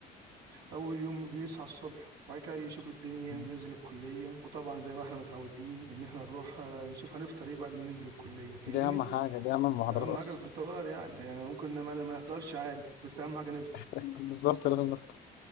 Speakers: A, on the right; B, on the left.
A: اول يوم بيصحى الصبح بعد كده يشوف الدنيا
B: مم.
A: ينزل الكليه وطبعا زي ما احنا متعودين ان احنا نروح آه، نشوف هنفطر ايه بعد ما ننزل الكليه فاهمني
B: دي أهم حاجة دي أهم المحاضرات
A: اهم
B: أصلا
A: حاجه الفطار يعني يعني ممكن ما ما نفطرش عادي بس اهم حاجه نفطر
B: <laughs> بالظبط لازم نفتح